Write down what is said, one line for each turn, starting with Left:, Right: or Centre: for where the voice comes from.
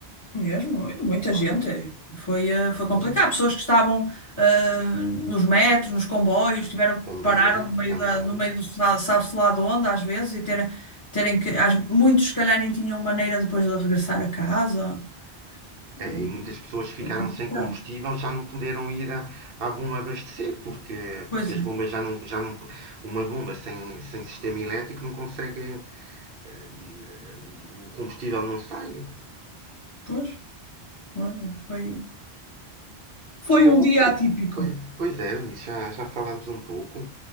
Left: Mesmo,
Right: O,
Left: muita gente.
Right: ah,
Left: Foi, eh,
Right: não
Left: foi complicado.
Right: é?
Left: Pessoas que estavam eh, nos metros, nos comboios, tiveram que
Right: Também,
Left: pararam no meio
Right: também.
Left: da, no meio do sa- sabe-se lá de onde, às vezes, e terem, terem que. às- muitos, se calhar, nem tinham maneira depois de regressar a casa.
Right: É,
Left: Hum,
Right: e muitas pessoas ficaram
Left: Foi complicado.
Right: sem combustível, já não puderam ir à, à bomba abastecer, porque,
Left: Pois,
Right: porque as
Left: é.
Right: bombas já não, já não. Uma bomba sem, sem sistema elétrico não consegue. eh, O combustível não sai.
Left: pois, olha, foi, foi
Right: Bom,
Left: um dia atípico.
Right: Pois, pois é, Eunice, já, já falámos um pouco.